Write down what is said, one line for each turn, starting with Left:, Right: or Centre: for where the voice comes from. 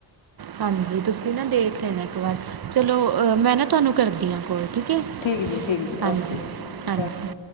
Right: ਹਾਂਜੀ, ਤੁਸੀਂ ਨਾ ਦੇਖ ਲੈਣਾ ਇੱਕ ਵਾਰ, ਚਲੋ ਮੈਂ ਨਾ ਤੁਹਾਨੂੰ ਕਰਦੀ ਹਾਂ ਕੌਲ, ਠੀਕ ਹੈ।
Left: ਠੀਕ ਜੀ -ਠੀਕ ਜੀ,
Right: ਹਾਂਜੀ
Left: ਓਕੇ ਜੀ,
Right: ਹਾਂਜੀ
Left: ਓਕੇ।